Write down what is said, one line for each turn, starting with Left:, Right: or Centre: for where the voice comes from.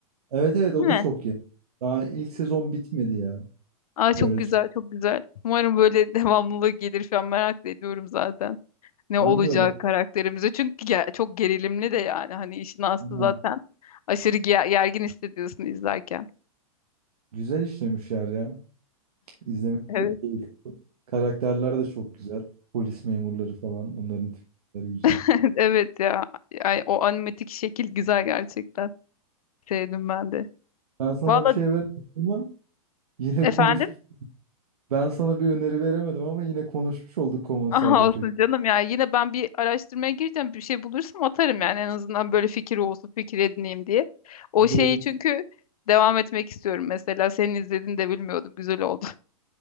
Right: Evet evet o
Left: Değil
Right: da
Left: mi?
Right: çok iyi. Daha ilk sezon bitmedi ya.
Left: Aa, çok
Right: Öyle.
Left: güzel,
Right: sö-
Left: çok güzel. Umarım böyle <laughs> devamlılığı gelir falan merak da ediyorum zaten. Ne
Right: Ben
Left: olacak
Right: de öyle.
Left: karakterimize. Çünkü ge- çok gerilimli de yani. Hani işin aslı
Right: Bilmem.
Left: zaten. Aşırı ge- gergin hissediyorsun izlerken.
Right: Güzel işlemişler ya. İzlemek
Left: Evet.
Right: çok keyifli. Karakterler de çok güzel. Polis memurları falan onların tipleri güzel.
Left: <laughs> Evet ya. Ay, o animatik şekil güzel gerçekten. Sevdim ben de.
Right: Ben sana
Left: Valla
Right: bir şey veremedim ama yine
Left: efendim?
Right: konuş. Ben sana bir öneri veremedim ama yine konuşmuş olduk Common
Left: Aha
Right: Side Effect.
Left: olsun canım ya. Yine ben bir araştırmaya gireceğim. Bir şey bulursam atarım yani en azından böyle fikir olsun, fikir edineyim diye. O
Right: Olur
Left: şeyi
Right: olur.
Left: çünkü devam etmek istiyorum. Mesela senin izlediğini de bilmiyordum. Güzel oldu.